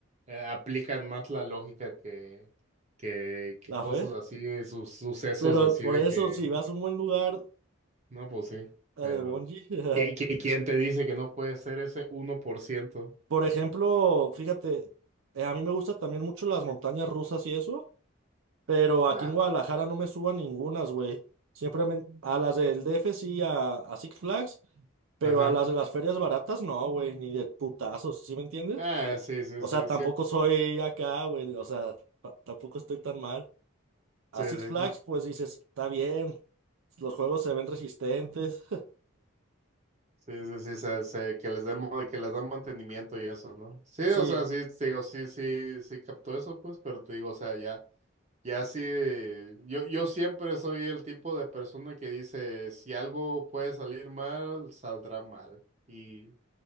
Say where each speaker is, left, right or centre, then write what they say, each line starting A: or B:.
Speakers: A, on the right; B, on the right.
A: eh, aplican más la lógica que, que, que
B: la
A: cosas
B: fe.
A: así, sus sucesos
B: Pero
A: así
B: por
A: de
B: eso,
A: que,
B: si vas a un buen lugar
A: no, pues sí, pero
B: a de bungee, <laughs>
A: ¿quién, quién, quién te dice que no puede ser ese 1%?
B: por ejemplo, fíjate, eh, a mí me gustan también mucho las montañas rusas y eso, pero aquí
A: Ah.
B: en Guadalajara no me subo a ningunas, güey. Siempre me- a las del D F sí, a, a Six Flags, pero
A: Ajá.
B: a las de las ferias baratas no, güey, ni de putazos, ¿sí me entiendes?
A: Ah, sí, sí,
B: O
A: sí,
B: sea, tampoco
A: sí, pues,
B: soy acá, güey, o sea, ta- tampoco estoy tan mal. A
A: sí,
B: Six
A: sí,
B: Flags,
A: no,
B: pues dices, está bien, Los juegos se ven resistentes.
A: sí, sí, sí, se, se- que les den, mo- que les dan mantenimiento y eso, ¿no? Sí, o
B: Sí.
A: sea, sí, te digo, sí, sí, sí captó eso, pues, pero te digo, o sea, ya, ya sí, eh, yo, yo siempre soy el tipo de persona que dice, si algo puede salir mal, saldrá mal, y,